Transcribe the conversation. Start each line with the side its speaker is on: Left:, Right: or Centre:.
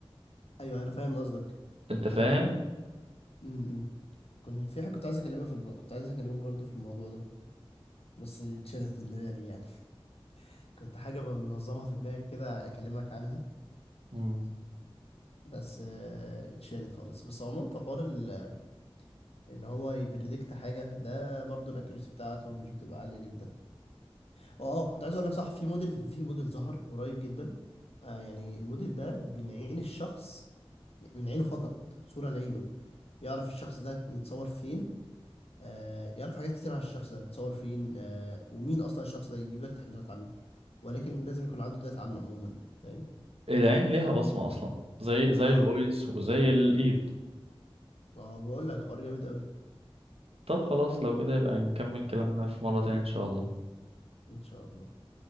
Left: ايوه انا فاهم قصدك
Right: انت فاهم
Left: امم كنت في حاجه كنت عايز اكلمها في الم... كنت عايز اكلمك برضه في الموضوع ده بس اتشالت في دماغي يعني <laughs> كنت حاجه منظمها في دماغي كده اكلمك عنها
Right: مم.
Left: بس آه، اتشالت خالص بس عموما في حوار ال... ان هو يبريدكت حاجه ده برضه الاكيوريسي بتاعته مش بتبقى عاليه جدا اه اه كنت عايز اقول لك صح في موديل في موديل ظهر قريب جدا آه يعني الموديل ده من عين الشخص من عينه فقط صورة لعينه يعرف الشخص ده متصور فين آه يعرف حاجات كتير عن الشخص ده متصور فين آه ومين أصلا الشخص ده يجيب لك تحليلات عنه ولكن لازم يكون عنده داتا عنه عموما فاهم
Right: العين ليها بصمة اصلا زي زي
Left: اه
Right: الفويس وزي الايد
Left: ما بقول لك حوار جامد أوي
Right: طب خلاص لو كده يبقى نكمل كلامنا في مرة تانية ان شاء الله
Left: إن شاء الله